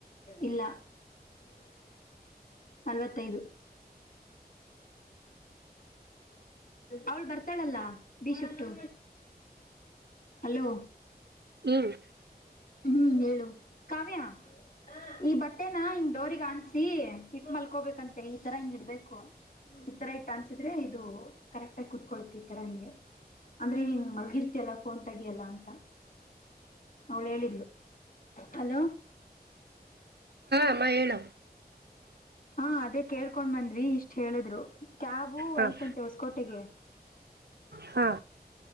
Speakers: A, on the left; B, on the right.
A: ಇಲ್ಲ- ಅಲ್ವತ್ತೈದು ಅವಳು ಬರ್ತಾಳಲ್ಲ ಭೀಶಫ್ಟು ಹಲೋ
B: ಹ್ಮ್
A: ಹ್ಮ ಹೇಳು ಕಾವ್ಯಾ ಈ ಬಟ್ಟೆನ ಹಂಗ್ ಡೋಗ್ ಅನ್ಸಿ ಇಟ್ಟ ಮಲ್ಕೋಬೇಕಂತೆ ಈತರ ಹಿಂಗ ಇಡ್ಬೇಕು ಈತರ ಇಟ್ಟ ಅನ್ಸಿದ್ರೆ ಇದು ಕರೆಕ್ಟ್ ಆಗ ಕೂತ್ಕೊಳ್ತಿ ಈತರ ಹಿಗೆ ಅಂದ್ರೆನ್ ಮಲ್ಗಿರ್ತಯಲ್ಲ ಫೋನ್ ತಗಿ ಎಲ್ಲ ಅಂತ ಅವಳ ಹೇಳ ಹಲೋ
B: ಹ್ಮ ಹೇಳ್
A: ಹಾ ಅದೇ ಕೇಳ್ಕೊಂಡ್ ಬಂದಿ ಇಷ್ಟ್ ಹೇಳಿದ್ರು ಕ್ಯಾಬು
B: ಹಾಂ
A: ಐತಂತೆ ಹೊಸಕೋಟೆಗೆ
B: ಹಾ